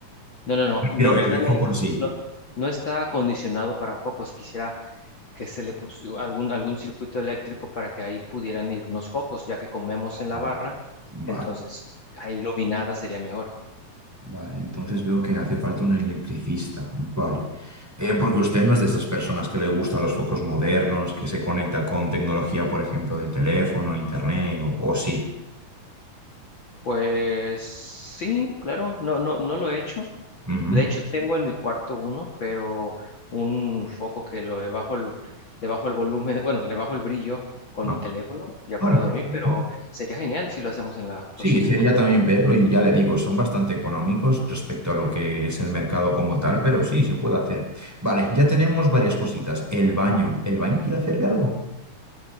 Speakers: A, on the left; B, in the centre.
A: No, no, no, no
B: pero
A: tiene...
B: el foco en sí.
A: No, no está acondicionado para focos. Quisiera que se le puso algún, algún circuito eléctrico para que ahí pudieran ir unos focos, ya que comemos en la
B: Vale.
A: barra.
B: Vale.
A: Entonces, ahí iluminada sería mejor.
B: Vale, entonces veo que hace falta un electricista. Vale. Eh, porque usted no es de esas personas que le gustan los focos modernos, que se conecta con tecnología, por ejemplo, de teléfono, internet, o, o sí.
A: Pues sí, claro, no, no, no lo he hecho.
B: Ujú.
A: De hecho, tengo en mi cuarto uno, pero un foco que lo le bajo el, le bajo el volumen, <laughs> bueno, le bajo el brillo con
B: Ah,
A: mi teléfono ya
B: ah,
A: para
B: interesante.
A: dormir, pero sería genial si lo hacemos en la
B: Sí,
A: cocina.
B: sería también verlo y ya le digo, son bastante económicos respecto a lo que es el mercado como tal, pero sí, se puede hacer. Vale, ya tenemos varias cositas. El baño. ¿El baño quiere hacerle algo?